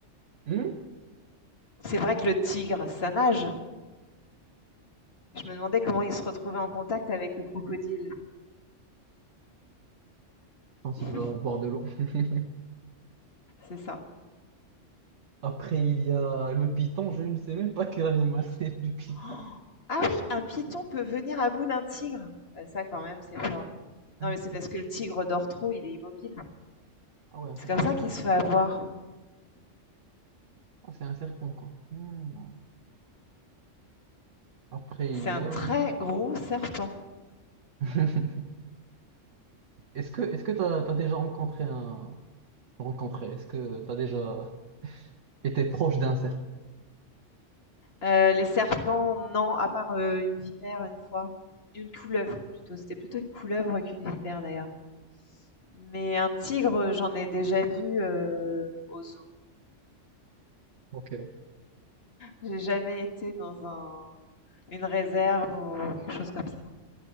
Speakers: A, on the right; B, on the left.
A: Hmm
B: C'est vrai que le tigre, ça nage. Je me demandais comment il se retrouvait en contact avec le crocodile.
A: Quand
B: <laughs>
A: il va boire de l'eau. <laughs>
B: C'est ça.
A: Après, il y a le python, je ne sais même pas quel animal <laughs> c'est, le python.
B: Oh ah oui, un python
A: Ouais.
B: peut venir à bout d'un tigre. Bah, ça, quand même, c'est fort.
A: Un
B: Non, mais c'est
A: python.
B: parce que le tigre dort trop, il est immobile.
A: Ah ouais, un
B: C'est
A: python,
B: comme ça
A: c'est
B: qu'il
A: un,
B: se fait avoir.
A: Ah, c'est un serpent, quoi. Hmm. Après,
B: C'est
A: il y
B: un
A: a...
B: très gros serpent.
A: <laughs> Est-ce que est-ce que t'as, t'as déjà rencontré un... Rencontré, est-ce que t'as déjà été proche d'un serpent?
B: Euh, les serpents, non, à part euh, une vipère une fois. Une couleuvre, plutôt. C'était plutôt une couleuvre qu'une vipère, d'ailleurs. Mais un tigre, j'en ai déjà vu euh, au zoo.
A: Ok,
B: J'ai jamais été dans un une réserve ou quelque chose comme ça.